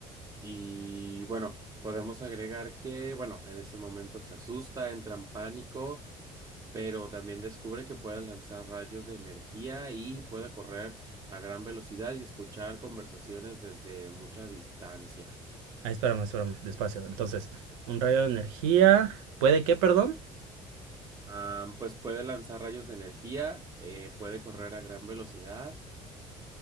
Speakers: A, on the right (about 20°); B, on the right (about 70°).
A: Y bueno, podemos agregar que, bueno, en ese momento se asusta, entra en pánico, pero también descubre que puede lanzar rayos de energía y puede correr a gran velocidad y escuchar conversaciones desde mucha distancia.
B: Ah, espérame, espérame, despacio. Entonces, un rayo de energía. ¿Puede qué, perdón?
A: Ah, pues puede lanzar rayos de energía, eh, puede correr a gran velocidad